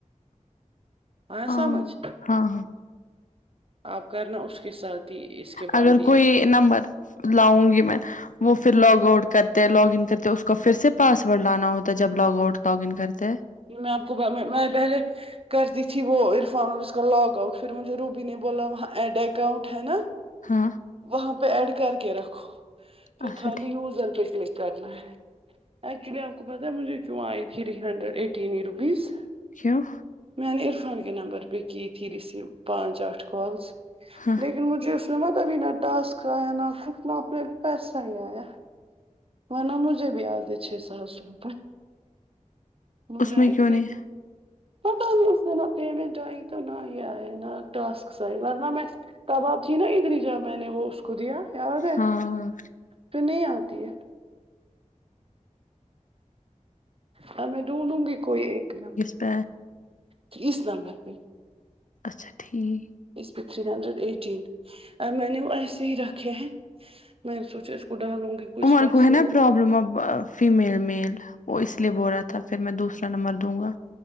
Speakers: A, on the right; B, on the left.
A: آیا
B: ہاں
A: سمجھ
B: ہاں ہاں
A: آپ کرنا اس کے ساتھ ہی اس کے بعد
B: اگر
A: ہی
B: کوئی نمبر لاؤں گی میں وہ پھر لاگ آؤٹ کرتے لاگن کرتے اس کو پھر سے پاسورڈ لانا ہوتا ہے جب لاگ آؤٹ لاگ ان کرتے
A: جی میں آپ کو میں پہلے کر دی تھی وہ عرفان اور اس کا لاگ آؤٹ پھر مجھے روبی نے بولا وہاں ایڈ اکاؤنٹ ہے نا
B: ہاں
A: وہاں پہ ایڈ کر کے رکھو پھر
B: اچھا
A: خالی
B: ٹھیک
A: یوزر پہ کلک کرنا ہے ایکچولی آپ کو پتا ہے مجھے کیوں آئی تھی تھری ہنڈریڈ ایٹین روپیز
B: کیوں
A: میں نے عرفان کے نمبر پے کی تھی رسیو پانچ آٹ کالز
B: ہاں
A: لیکن مجھے اس میں مل ابھی نہ ٹاسک آیا نہ کچھ نہ اس میں پیسہ ہی آیا وہنا مجھےبھی آتے چھ سات سو روپئے موزاہ
B: اس میں کیوں
A: کی
B: نہیں
A: پتا نہیں اس میں نہ پمنٹ آئی تو ہی نہ آئی ہے نہ ٹاسک آئے ورنہ میں تب آپ تھی نا ادھر جب میں نے وہ اس کو دیا یاد ہے
B: ہاں
A: پھر نہیں آتی ہے ہاں میں ڈونڈوں گی کوئی ایک دم
B: پ
A: کہ اس نمبر پہ
B: اچھا ٹھیک
A: اس پہ تھری ہنڈریڈ ایٹین ا میں نے وہ ایسے ہی رکھے ہیں میں سوچا اس کو ڈالوں گی کچھ
B: امر
A: پیسے
B: کو ہے
A: اور
B: پروابلم اب فیمیل میل وہ اس لیے بول رہا تھا پھر میں دوسرا نمبر دوں گا